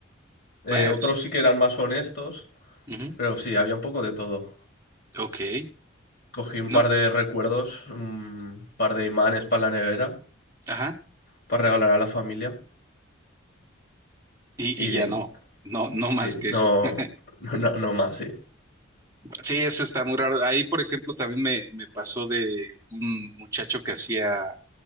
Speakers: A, on the left; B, on the right.
A: Eh,
B: Bueno,
A: otros
B: pues,
A: sí que eran más honestos,
B: ujú,
A: pero sí, había un poco de todo.
B: ok.
A: Cogí un
B: No,
A: par de recuerdos, un par de imanes para la nevera,
B: ajá.
A: para regalar a la familia.
B: Y,
A: Y
B: y
A: bien,
B: ya no, no, no más
A: sí,
B: que
A: no,
B: eso. <laughs>
A: <laughs> no, no, no más, sí.
B: Sí, eso está muy raro. Ahí, por ejemplo, también me, me pasó de un muchacho que hacía